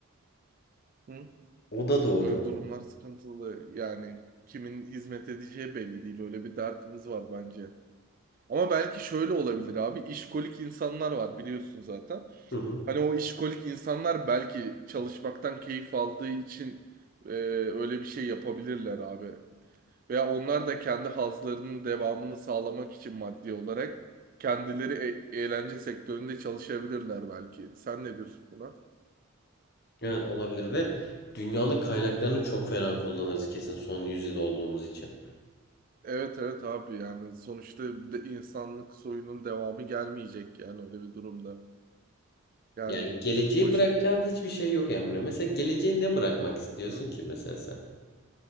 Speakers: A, on the right; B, on the left.
A: Hı?
B: O da doğru.
A: Öyle durumlar sıkıntılı. Yani kimin hizmet edeceği belli değil. Öyle bir dertimiz var bence. Ama belki şöyle olabilir abi. İşkolik insanlar var biliyorsun zaten.
B: Hı hı.
A: Hani o işkolik insanlar belki çalışmaktan keyif aldığı için e, öyle bir şey yapabilirler abi. Veya onlar da kendi hazlarının devamını sağlamak için maddi olarak kendileri e- eğlence sektöründe çalışabilirler belki. Sen ne diyorsun buna?
B: Evet olabilir ve dünyanın kaynaklarını çok fena kullanırız kesin son yüzyıl olduğumuz için.
A: Evet evet abi yani sonuçta de insanlık soyunun devamı gelmeyecek yani öyle bir durumda. Yani
B: Yani geleceği
A: başka
B: bırakacağın hiçbir şey yok Emre. Mesela geleceği ne bırakmak istiyorsun
A: Hı.
B: ki mesela sen?